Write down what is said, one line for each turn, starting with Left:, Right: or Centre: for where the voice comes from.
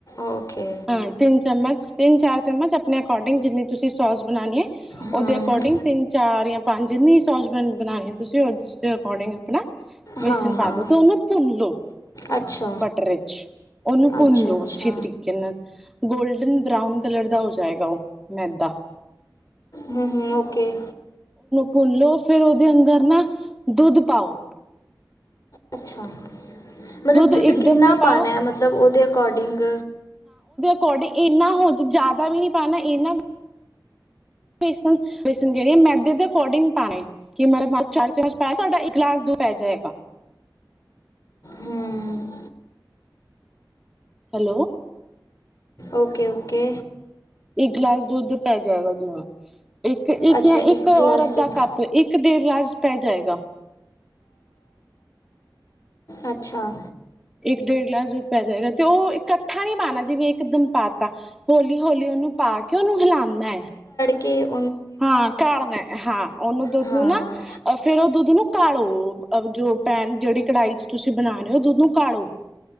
Left: ਓਕੇ
Centre: ਹਾਂ, ਤਿੰਨ ਚਮਚ। ਤਿੰਨ ਚਾਰ ਚਮਚ ਆਪਣੇ ਅਕੋਰਡਿੰਗ, ਜਿੰਨੀ ਤੁਸੀਂ ਸੋਸ ਬਨਾਨੀ ਐ।
Left: ਹੂੰ
Centre: ਉਹਦੇ ਅਕੋਰਡਿੰਗ, ਤਿੰਨ ਚਾਰ ਜਾਂ ਪੰਜਨੀ ਸੋਸਬੈਨ ਬਣਾਉਣੇ ਤੁਸੀਂ ਉਸਦੇ ਅਕੋਰਡਿੰਗ ਆਪਣਾ <unintelligible>
Left: ਹਾਂ
Centre: ਵੇਸਨ ਪਾ
Left: ਹਾਂ
Centre: ਦੋ, ਤੇ ਉਹਨੂੰ ਭੁੰਨ ਲਓ।
Left: ਅੱਛਾ
Centre: ਬਟਰਚ ਉਹਨੂੰ ਭੁਨ
Left: ਅੱਛਾ
Centre: ਲੋ,
Left: ਅੱਛਾ
Centre: ਅੱਛੇ ਤਰੀਕੇ ਗੋਲਡਨ ਬਰਾਊਨ ਕਲਰ ਦਾ ਹੋ ਜਾਏਗਾ, ਉਹ ਮੈਦਾ।
Left: ਹੂੰ-ਹੂੰ ਓਕੇ।
Centre: ਭੁਨੋ ਫੇਰ ਉਹਦੇ ਅੰਦਰ ਨਾ, ਦੁੱਧ ਪਾਓ।
Left: ਅੱਛਾ ਮਤਲਬ ਦੁੱਧ
Centre: ਇਕਦਮ
Left: ਕਿੰਨਾ
Centre: ਨਾ ਪਾਓ
Left: ਪਾਨਾ ਹੇ ਮਤਲਬ ਉਹਦੇ ਅਕੋਰਡਿੰਗ।
Centre: <unintelligible> ਅਕੋਡਿੰ ਇਨਾ ਹੋ ਦੇ ਜ਼ਿਆਦਾ ਵੀ ਨੀ ਪਾਣਾ ਇਨਾ ਬੇਸਨ, ਬੇਸਨ ਜੇ ਮੈਦੇ ਦੇ ਅਕੋਡਿੰਗ ਪਾਣਾ ਏ ਕਿ ਮਤਲਬ <unintelligible> ਚਾਰ ਚਮਚ ਪਾਇ ਤੁਹਾਡਾ ਇੱਕ ਗਲਾਸ ਦੁਧ ਪੈ ਜਾਏਗਾ।
Left: ਹੂੰ
Centre: ਹੈਲੋ!
Left: ਓਕੇ-ਓਕੇ
Centre: ਇੱਕ ਗਲਾਸ ਦੁੱਧ ਪੈ ਜਾਏਗਾ ਜਿਨਾ ਇੱਕ-ਇੱਕ,
Left: ਅੱਛਾ
Centre: ਜਾਂ ਇੱਕ
Left: ਗਲਾਸ
Centre: ਔਰਤ
Left: ਦੁੱਧ
Centre: ਦਾ ਕੱਪ ਇੱਕ ਡੇਢ <unintelligible> ਲਲਾਸ ਪੈ ਜਾਏਗਾ
Left: ਅੱਛਾ।
Centre: ਇੱਕ ਡੇਢ ਗਲਾਸ ਦੁੱਧ ਪੈ ਜਾਏਗਾ, ਤੇ ਉਹ ਇਕੱਠਾ ਨਹੀਂੀ ਪਾਣਾ ਜਿਵੇਂ ਇੱਕ ਦਮ ਪਾਤਾ, ਹੌਲੀ-ਹੌਲੀ ਉਹਨੂੰ- ਪਾ ਕੇ ਉਹਨੂੰ ਹਿਲਾਉਨਾ ਹੈ।
Left: ਕਿ
Centre: ਹਾਂ, ਕਾਡਨਾ ਹਾਂ ਉਹਨੂੰ ਦੁੱਧ
Left: ਹਾਂ
Centre: ਨੂੰ, ਫੇਰ ਉਹ ਦੁੱਧ ਨੂੰ ਕਾੜੋ, ਜੋ ਪੈਨ ਜਿਹੜੀ ਕੜਾਈ ਚ ਤੁਸੀਂ ਬਣਾ ਰਹੇ ਹੋ ਦੁੱਧ ਨੂੰ ਕਾੜੋ